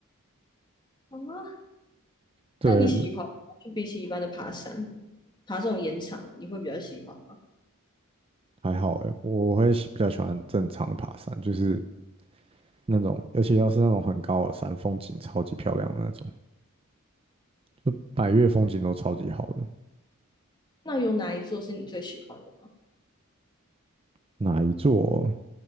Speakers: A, on the left (about 20°); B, on the right (about 25°).
A: 啊，
B: 对，
A: 但你喜欢吗就比起一般的爬山，爬这种岩场，你会比较喜欢吗？
B: 还好哎、欸我会喜比较喜欢正常的爬山，就是那种，而且要是那种很高的山，风景超级漂亮的那种，就百岳风景都超级好的。
A: 那有哪一座是你最喜欢的吗？
B: 哪一座？